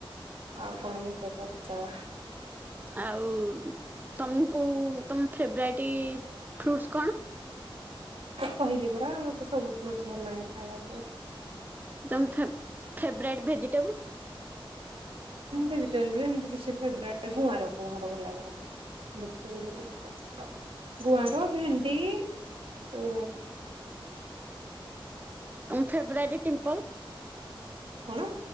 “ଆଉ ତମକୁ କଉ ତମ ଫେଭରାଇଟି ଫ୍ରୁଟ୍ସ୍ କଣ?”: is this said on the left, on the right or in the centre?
Right